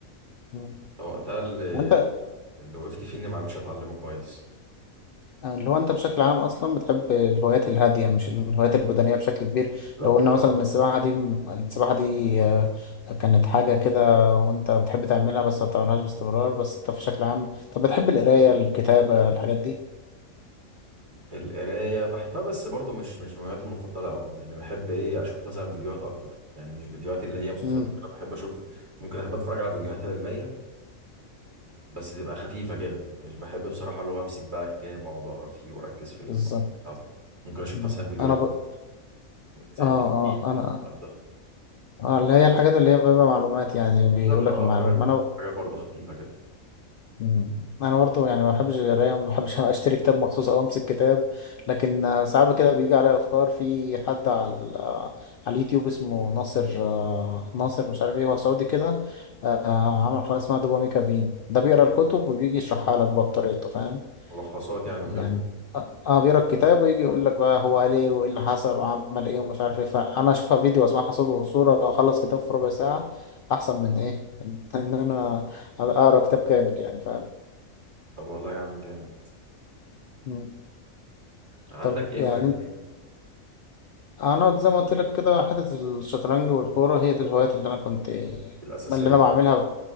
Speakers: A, on the left; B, on the right.
A: مم.
B: فوقتها اللي
A: انت
B: اللي وقفت فيه اني ما عرفتش اتعلمه كويس
A: اللي هو انت بشكل عام اصلا بتحب الهوايات الهادية مش الهوايات البدنية بشكل كبير
B: بالظبط
A: لو قلنا مثلا
B: اه
A: ان السباحة دي السباحة دي آه، كانت حاجة كده وانت بتحب تعملها بس ما بتعملهاش باستمرار بس انت بشكل عام طب بتحب القراية الكتابة الحاجات دي
B: القرايه بحبها بس برضو مش مش من هواياتي المفضله قوي يعني بحب ايه اشوف مثلا فيديوهات اكتر يعني مش فيديوهات اللي هي مسلسلات
A: امم
B: وكده بحب اشوف ممكن احب اتفرج على فيديوهات علميه بس تبقى خفيفه كده مش بحب بصراحه اللي هو امسك بقى كتاب واقعد اقرا فيه واركز في المقال
A: بالظبط
B: بتاعته ممكن اشوف
A: مم.
B: مثلا فيديوهات
A: انا ب...
B: زي
A: اه
B: الدحيح
A: اه
B: الكلام
A: انا
B: ده
A: اه اللي هي الحاجات اللي هي بيبقى معلومات يعني بيقول
B: بالظبط
A: لك
B: بقى
A: المعلومة
B: اه وحاجات
A: انا
B: حاجات برضو خفيفه كده
A: مم. انا برضو يعني ما بحبش القرايه ما بحبش <laughs> اشتري كتاب مخصوص او امسك كتاب لكن آه، ساعات كده بيجي عليا افكار في حد على ال- آه، على اليوتيوب اسمه ناصر آه، ناصر مش عارف ايه هو سعودي كده آه، عمل قناه اسمها دوبامي كافين ده بيقرا الكتب وبيجي يشرحها لك بقى بطريقته فاهم
B: ملخصات يعني وكده
A: يعني اه آه، بيقرا الكتاب ويجي يقول لك بقى هو قال ايه وايه اللي حصل وعمل ايه ومش عارف ايه فانا اشوفها فيديو واسمعها صوت وصوره اخلص كتاب في ربع ساعه احسن من ايه من ان انا اقرا كتاب كامل يعني فاهم
B: طب والله يا عم جامد
A: مم.
B: عندك
A: طب
B: ايه
A: يعني
B: هوايات
A: انا زي ما قلت لك كده حته الشطرنج والكوره هي دي الهوايات اللي انا كنت اللي
B: الاساسيه
A: انا بعملها اللي